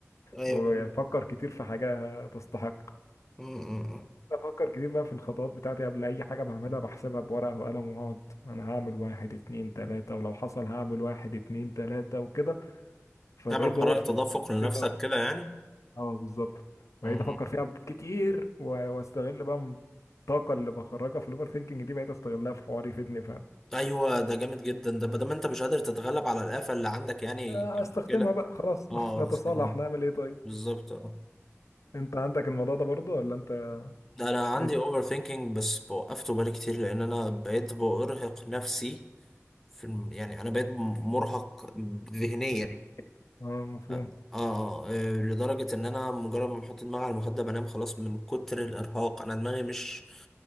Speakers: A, in the centre; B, on the left (about 85°).
A: ايوه
B: وافكر
A: فهمت.
B: كتير في حاجه تستحق
A: مم.
B: افكر كتير بقى في الخطوات بتاعتي قبل اي حاجه بعملها بحسبها بورقه وقلم واقعد انا هعمل واحد اتنين تلاته ولو حصل هعمل واحد اتنين تلاته وكده فبقيت
A: تعمل قرار
B: باور ثينك
A: تدفق لنفسك
B: بطريقة-
A: كده يعني
B: اه بالظبط بقيت
A: مم.
B: افكر فيها كتير و- واستغل بقى الطاقه اللي بخرجها في الاوفر ثينكينج دي بقيت استغلها في حواري يفيدني
A: ايوه ده جامد جدا ده ما دام انت مش قادر تتغلب على الآفة اللي عندك يعني
B: آه،
A: كمشكلة
B: استخدمها بقى خلاص <laughs>
A: اه
B: نتصالح
A: استخدمها
B: نعمل ايه طيب
A: بالظبط اه
B: انت عندك الموضوع ده برضو ولا انت
A: انا عندي
B: ايه
A: اوفر ثينكينج بس وقفته بالي كتير لان انا بقيت بارهق نفسي في الم... يعني انا بقيت مرهق ذهنيا
B: ز-
A: يعني
B: اه مفهوم
A: اه اه آه، آه، لدرجة ان انا مجرد ما بحط دماغي على المخدة بنام خلاص من كتر الارهاق انا دماغي مش